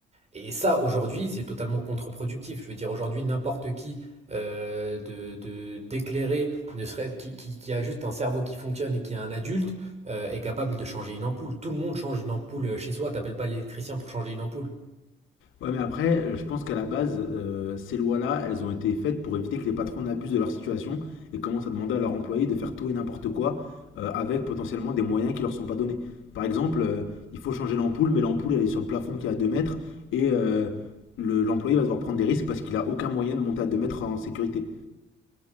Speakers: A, on the right; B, on the left.
A: Et ça, aujourd'hui, c'est totalement contre-productif. Je veux dire, aujourd'hui, n'importe qui euh, de, de- d'éclairer, ne serait qui, qui, qui a juste un cerveau qui fonctionne et qui est un adulte, euh, est capable de changer une ampoule. Tout le monde change une ampoule euh, chez soi. T'appelles pas l'électricien pour changer une ampoule.
B: Ouais, mais après, euh, je pense qu'à la base, euh, ces lois-là, elles ont été faites pour éviter que les patrons n'abusent de leur situation et commencent à demander à leurs employés de faire tout et n'importe quoi euh, avec potentiellement des moyens qui leur sont pas donnés. Par exemple, euh, il faut changer l'ampoule, mais l'ampoule, elle est sur le plafond qui est à 2 mètres et euh, le- l'employé va devoir prendre des risques parce qu'il a aucun moyen de monter à 2 mètres en sécurité.